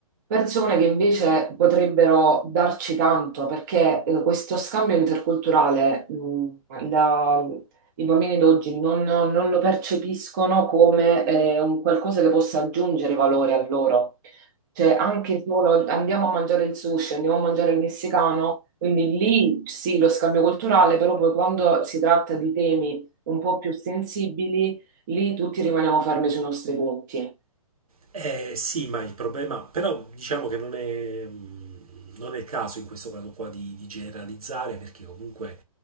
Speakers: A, on the right; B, on the right.
A: Persone che invece potrebbero darci tanto, perché eh, questo scambio interculturale, mh, la- i bambini d'oggi non, non lo percepiscono come eh, un qualcosa che possa aggiungere valore a loro. Cioè, anche solo andiamo a mangiare il sushi, andiamo a mangiare il messicano, quindi lì sì, lo scambio culturale, però poi quando si tratta di temi un po' più sensibili, lì tutti rimaniamo fermi sui nostri punti.
B: Eh sì, ma il problema, però diciamo che non è, mh, non è il caso in questo caso qua di, di generalizzare perché comunque